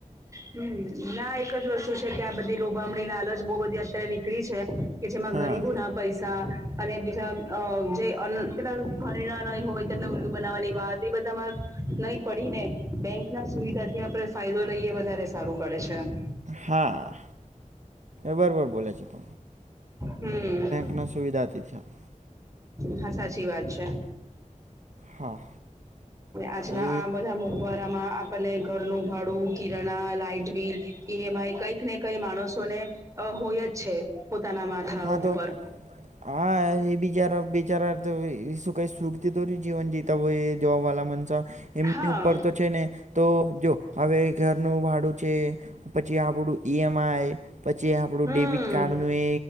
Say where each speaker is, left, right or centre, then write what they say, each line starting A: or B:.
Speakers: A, on the right (about 25°); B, on the right (about 65°).
A: હમ ના એક જ વસ્તુ છે કે આ બધી લોભામણી લાલચ બહુ બધી અત્યારે નીકળી છે. કે જેમાં
B: હા
A: ગરીબો ના પૈસા અને બીજા અ જે અન કેટ ઘરેણા હોય તેમને ઊંલુ બનાવવાની વા એ બધામાં નહી પડીને બેંક ના સુવિધા થી આપણે ફાયદો લઈએ વધારે સારું પડે છેમ
B: હા બરોબર બોલે છે ત
A: હમ
B: એના સુવિધા તી થયા
A: હા સાચ સાચી વાત છે
B: હા
A: આજલા
B: એ
A: આ બધા મોંઘવારી. આપળા આપને ઘરનું ભાડું કિરણા લાઈટ બિલ ઈએમ આઈ કઈક ને કઈ માણસો ને. અ હોય જ છે પોતાના માથા
B: હા
A: ઉપર
B: તો હા એ બિચારા બિચારા તો શું કઈ સુખતી તો ન જીવન જીતા હોય. જોવા વાલા મનસા એમની
A: હા
B: ઉપર તો છે ને. તો જો હવે ઘરનું ભાડું છે પછી આપણું ઈ એમ આઈ પછી. આપણો
A: હમ
B: ડેબિટ કાર્ડને